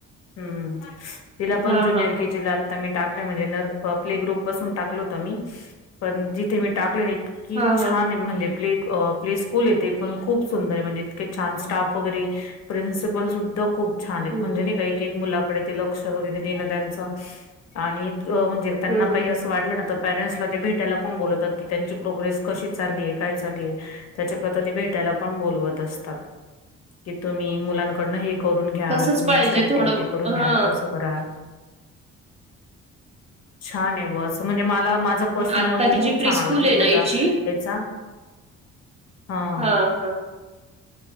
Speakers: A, on the left; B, on the right.
A: हम्म, तिला पण
B: हा
A: ज्युनियर
B: हा
A: के जी ला आता मी टाकलंय म्हणजे न प्ले ग्रुप पासून टाकलं होतं मी, पण जिथे मी टाकलं न
B: हा
A: छान
B: हा ह
A: म्हणजे प्ले अ प्ले स्कूलये ते खूप सुंदर आहे म्हणजे इतके छान स्टाफ वगैरे. प्रिन्सिपल सुद्धा खूप छान आहेत
B: हम्म
A: म्हणजे नाही का एक एक मुलाकडे ते लक्ष वगैरे देणं त्यांच आणि म्हणजे त्यांना
B: हम्म
A: काही असं वाटलं ना तर पॅरेंट्सला ते भेटायला पण बोलवतात, की त्यांची प्रोग्रेस कशी चाललीय काय चाललीय त्याच्याकरता ते भेटायला पण बोलवत अस तात, की तुम्ही मुलांकडन हे करून घ्या
B: तसच
A: तुम्ही
B: पाहिजे
A: अशा ऍक्टिव्हटी
B: थोडं
A: करून घ्या
B: हा
A: तसं करा. छान आहे ब असं म्हणजे मला मा झा पर्सनल
B: आत्ताची
A: अनुभव खूप
B: जी प्री
A: छान
B: स्कूल
A: आला तिथल्या
B: आहे ना
A: त्या
B: हिची
A: हेचा हा.
B: हा हा.